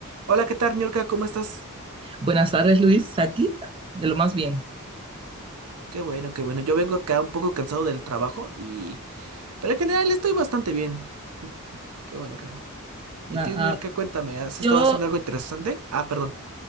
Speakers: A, on the right; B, on the right.
A: Hola, ¿qué tal, Niurka? ¿Cómo estás?
B: Buenas tardes, Luis, aquí, de lo más bien.
A: Qué bueno, qué bueno. Yo vengo acá un poco cansado del trabajo y... Pero en general estoy bastante bien. Qué bueno, qué bueno. Y
B: Ah,
A: tú,
B: ah,
A: Niurka, cuéntame, ¿has
B: yo
A: estado haciendo algo interesante? Ah, perdón.